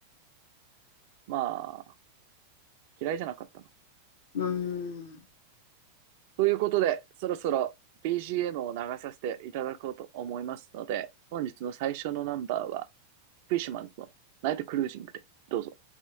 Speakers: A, on the right; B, on the left.
A: まあ、嫌いじゃなかったな。
B: うーん。
A: ということで、そろそろ BGM を流させていただこうと思いますので、本日の最初のナンバーは、フィッシュマンズのナイトクルージングで、どうぞ。